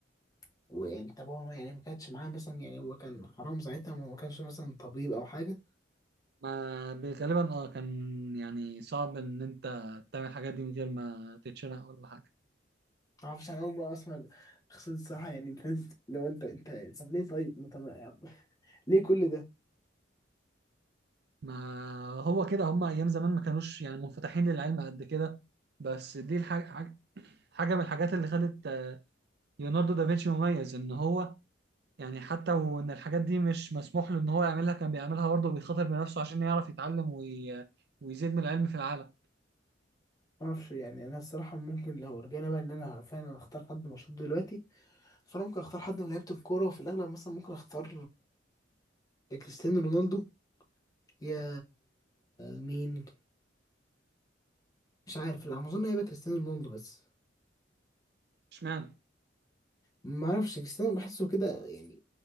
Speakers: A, on the left; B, on the right.
A: <laughs> ويعني طب هو يعني ما كانش معاه مثلا يعني هو كان حرام ساعتها ما هو ما كانش مثلا طبيب او حاجة
B: ما ب- غالبا اه كان يعني صعب ان انت تعمل الحاجات دي من غير ما تتشنق ولا حاجه
A: معرفش انا اول مره اسمع قصة الصراحه يعني فاهم لو انت انت طب ليه طيب ما طب يعني ليه كل ده
B: ما هو كده هم ايام زمان ما كانوش يعني منفتحين للعلم قد كده بس دي الحاجه حاجه حاجة من الحاجات اللي خلت آه، ليوناردو دافنشي مميز ان هو يعني حتى وان الحاجات دي مش مسموح له ان هو يعملها كان بيعملها برضه بيخاطر بنفسه عشان يعرف يتعلم وي... ويزيد من العلم في العالم
A: معرفش يعني انا الصراحه ممكن لو رجعنا بقى ان انا فعلا اختار حد مشهور دلوقتي فانا ممكن اختار حد من لعيبه الكوره وفي الاغلب مثلا ممكن اختار يا كريستيانو رونالدو يا مين مش عارف لا اظن هيبقى كريستيانو رونالدو بس
B: اشمعنى
A: ما اعرفش كريستيانو بحسه كده يعني